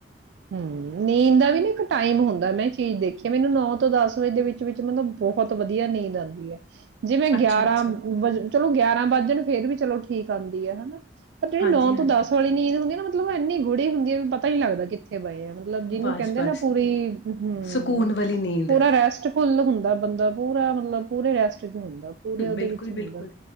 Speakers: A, on the right; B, on the left.
A: ਹਮ ਨੀਂਦ ਦਾ ਵੀ ਨਾ ਇੱਕ ਟਾਈਮ ਹੁੰਦਾ ਮੈਂ ਚੀਜ਼ ਦੇਖੀਿਆ ਮੈਨੂੰ ਨੌ ਤੋਂ ਦਸ ਵਜੇ ਦੇ ਵਿੱਚ ਵਿੱਚ ਮਤਲਬ ਬਹੁਤ ਵਧੀਆ ਨੀਂਦ ਆਉਂਦੀ ਹੈ ਜਿਵੇਂ
B: ਅੱਛਾ
A: ਗਿਆਰਾਂ
B: ਅੱਛਾ
A: ਚਲੋ ਗਿਆਰਾਂ ਵੱਜਣ ਫੇਰ ਵੀ ਚਲੋ ਠੀਕ ਆਉਂਦੀ ਹੈ ਹਨਾ ਪਰ ਜਿਹੜੀ
B: ਹਾਂਜੀ
A: ਨੌ ਤੋਂ
B: ਹਾਂਜੀ
A: ਦਸ ਵਾਲੀ ਨੀਂਦ ਹੁੰਦੀ ਆ ਨਾ ਲ ਇੰਨੀ ਗੂੜੇ ਹੁੰਦੀ ਹੈ ਵੀ ਪਤਾ ਨੀ ਲੱਗਦਾ ਕਿਥ ੇ ਬਏ ਆ ਮਤਲਬ ਜਿਹਨੂੰ
B: ਬਸ
A: ਕਹਿੰਦੇ
B: ਬਸ
A: ਨਾ ਪੂਰੀ ਹਮ
B: ਸਕੂਨ ਵਾਲੀ ਨੀਂਦ
A: ਪੂਰਾ ਰੈਸਟ ਫੁੱਲ ਹੁੰਦਾ ਬੰਦਾ ਪੂਰਾ ਮਤਲਬ ਪੂਰੇ ਰੈਸਟ ਚ ਹੁੰਦਾ ਪੂਰੇ ਉਹਦੇ
B: ਬਿਲਕੁਲ
A: ਵਿੱਚ ਹੁੰਦਾ
B: ਬਿਲਕੁਲ